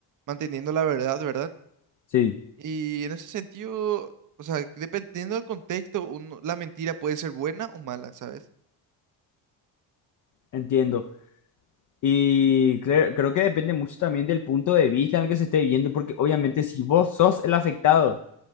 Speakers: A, on the right; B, on the left.
A: manteniendo la verdad, ¿verdad?
B: Sí,
A: Y en ese sentido, o sea, que dependiendo del contexto, uno- la mentira puede ser buena o mala, ¿sabes?
B: entiendo. Y cre- creo que depende mucho también del punto de vista en el que se esté viendo, porque obviamente si vos sos el afectado,